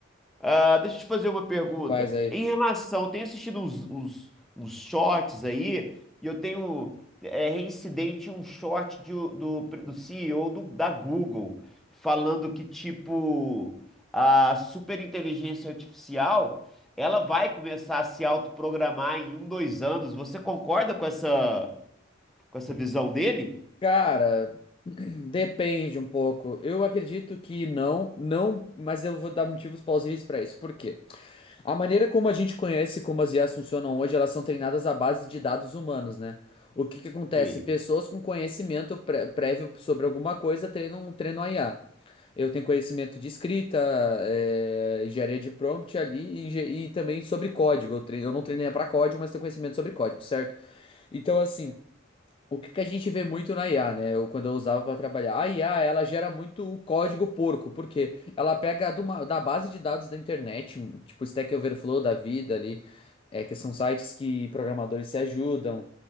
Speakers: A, in the centre; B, on the left.
A: Ah, deixa eu te fazer uma pergunta.
B: Faz aí.
A: Em relação, eu tenho assistido uns, uns, uns shorts aí, e eu tenho é, reincidente um short de o- do, do CEO do- da Google, falando que, tipo, a superinteligência artificial, ela vai começar a se autoprogramar em um, dois anos. Você concorda com essa, com essa visão dele?
B: Cara, <clears throat> depende um pouco. Eu acredito que não, não, mas eu vou dar motivos plausíveis pra isso. Por quê? A maneira como a gente conhece como as IAs funcionam hoje, elas são treinadas à base de dados humanos, né? O que que acontece?
A: Sim.
B: Pessoas com conhecimento pré- prévio sobre alguma coisa treinam, treinam a IA. Eu tenho conhecimento de escrita, é, engenharia de prompt ali e, engen- e também sobre código. Eu, treino, eu não treinei para código, mas tenho conhecimento sobre código, certo? Então, assim, o que que a gente vê muito na IA, né? Eu, quando eu usava para trabalhar. A IA, ela gera muito o código porco, porque ela pega de uma- da base de dados da internet, tipo Stack Overflow da vida ali, é, que são sites que programadores se ajudam,